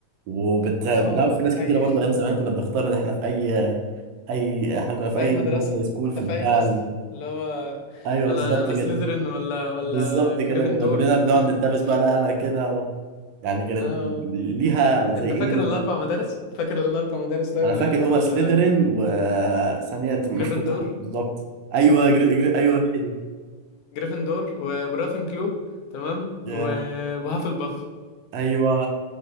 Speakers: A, on the right (about 70°); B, on the left (about 80°).
A: وبت لا،
B: اه
A: في
B: اه دي
A: ناس
B: حقيقة
A: كتيره برضه ايام زمان كنا بنختار ان احنا في اي اي احنا
B: <laughs>
A: كنا في
B: أي
A: اي
B: مدرسة
A: اللي هو زي سكول
B: انت
A: في البتاع
B: في أي فصل اللي هو
A: ايوه
B: أنا
A: بالظبط
B: أنا
A: كده
B: سlytherin ولا ولا
A: بالظبط
B: جريفندور
A: كده كنا كلنا بنقعد
B: <laughs>
A: نتنافس بقى لا لا كده و... يعني كانت
B: اه آه.
A: ليها
B: أن-
A: زي
B: انت
A: ايه
B: فاكر
A: زي...
B: الاربع مدارس فاكر الاربع مدارس طيب
A: انا
B: اللي
A: فاكر
B: كانوا في
A: هو
B: ال-
A: سليذرين وثانيه انت مش
B: جريفندور
A: فاكرهم بالظبط ايوه جر... جر... ايوه هي دي
B: وجريفندور و- ورافنكلو تمام
A: يا
B: و... وهافلباف
A: ايوه